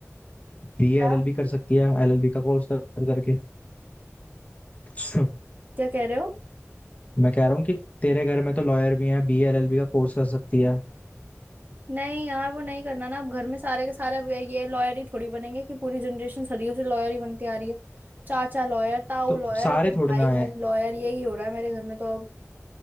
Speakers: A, on the left; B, on the right.
A: बी
B: क्या
A: एलएलबी कर सकती है एलएलबी का कोर्स कर करके <laughs>
B: क्या कह रहे हो
A: मैं कह रहा हूँ कि तेरे घर में तो लॉयर भी हैं बी एलएलबी का कोर्स कर सकती है
B: नहीं यार वो नहीं करना ना अब घर में सारे के सारे अब ये लॉयर ही थोड़ी बनेंगे कि पूरी जनरेशन सदियों से लॉयर ही बनती आ रही है चाचा लॉयर ताऊ
A: तो
B: लॉयर
A: सारे
B: अब वो भाई
A: थोड़े ना
B: बहन
A: है
B: लॉयर यही हो रहा है मेरे घर में तो अब